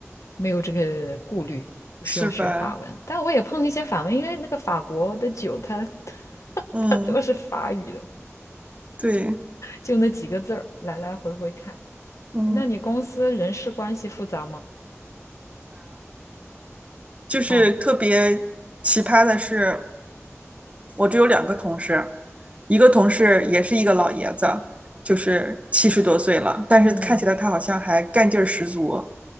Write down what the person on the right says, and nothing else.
是吧？
嗯，
对，
嗯，
就是特别奇葩的是，
我只有两个同事，一个同事也是一个老爷子，就是七十多岁了，但是看起来他好像还干劲儿十足，